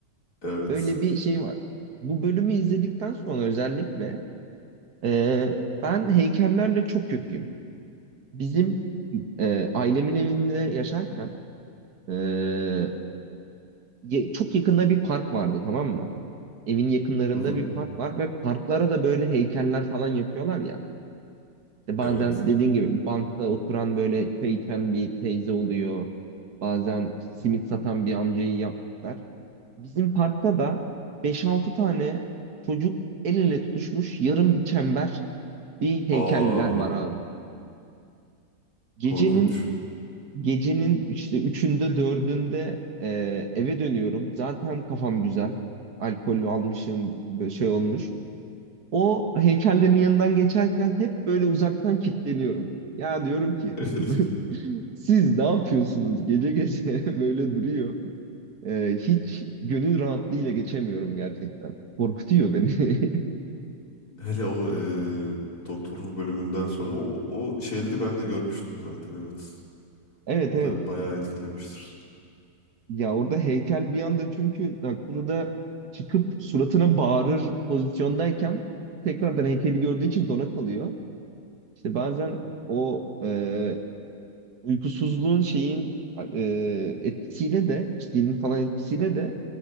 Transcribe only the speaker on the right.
Böyle bir şey var. Bu bölümü izledikten sonra özellikle ee, ben heykellerle çok kötüyüm. Bizim e, ailemin evinde yaşarken e, ye- çok yakında bir park vardı tamam mı? Evin yakınlarında
bir park var ve parklara da böyle heykeller falan yapıyorlar ya. İşte bazen
dediğin gibi bankta oturan böyle çay içen bir teyze oluyor. Bazen simit satan bir amcayı yaptılar. Bizim parkta da beş-altı tane çocuk el ele tutuşmuş yarım bir çember bir heykeller
var abi. Gecenin
Gecenin işte üçünde dördünde e, eve dönüyorum. Zaten kafam güzel. Alkol almışım, böyle şey olmuş. O heykellerin yanından geçerken hep böyle uzaktan kilitleniyorum. Ya diyorum ki
<laughs> siz ne yapıyorsunuz gece gece <laughs> böyle duruyor. E, hiç gönül rahatlığıyla geçemiyorum gerçekten. Korkutuyor beni. <laughs>
Evet
evet
Ya orada heykel bir anda çünkü Nakuru da çıkıp suratına bağırır pozisyondayken tekrardan heykeli gördüğü için dona kalıyor. İşte bazen o e, uykusuzluğun şeyin e, etkisiyle de içtiğinin falan etkisiyle de